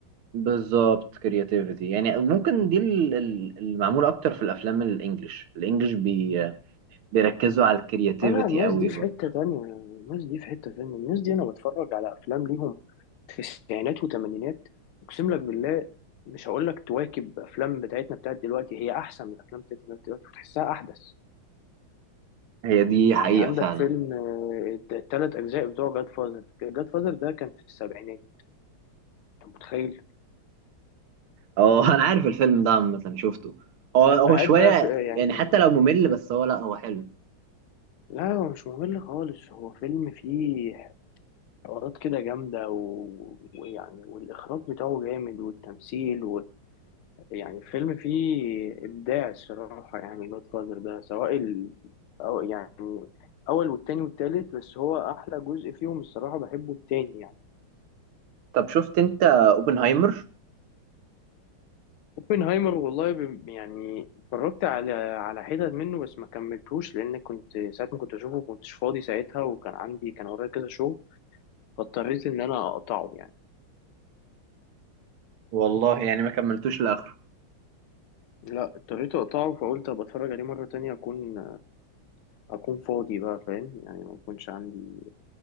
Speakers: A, on the right; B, on the left.
A: بالظبط كرياتيفيتي يعني ممكن دي ال- ال- المعمول اكتر في الافلام الانجليش الانجليش بي بيركزوا على الكرياتيفيتي
B: اه لا الناس
A: قوي
B: دي في
A: برضو
B: حتة تانية الناس دي في حتة تانية الناس دي انا بتفرج على افلام ليهم تسعينات وتمانينات اقسم لك بالله مش هقول لك تواكب افلام بتاعتنا بتاعت دلوقتي هي احسن من الافلام بتاعتنا دلوقتي وتحسها احدث
A: هي دي
B: يعني
A: حقيقة
B: عندك
A: فعلا
B: فيلم الثلاث اجزاء بتوع جاد فازر جاد فازر ده كان في السبعينات انت متخيل
A: اه <laughs> انا عارف الفيلم ده عامة شفته هو هو
B: هات
A: شوية
B: بقى في آه، يعني
A: يعني حتى لو ممل
B: مم.
A: بس هو لا هو حلو
B: لا هو مش ممل خالص هو فيلم فيه حوارات كده جامدة و- ويعني والإخراج بتاعه جامد والتمثيل يعني فيلم فيه إبداع الصراحة يعني جود فاذر ده سواء ال... أو يعني أول والتاني والتالت بس هو أحلى جزء فيهم الصراحة بحبه التاني يعني
A: طب شفت انت اوبنهايمر
B: اوبنهايمر والله ب... يعني اتفرجت على على حتت منه بس ما كملتوش لأن كنت ساعة ما كنت أشوفه كنتش فاضي ساعتها وكان عندي كان ورايا كذا شغل فاضطريت إن أنا أقطعه يعني
A: والله يعني ما كملتوش لاخره
B: لا اضطريت أقطعه فقلت أبقى أتفرج عليه مرة تانية أكون أكون فاضي بقى فاهم يعني ما يكونش عندي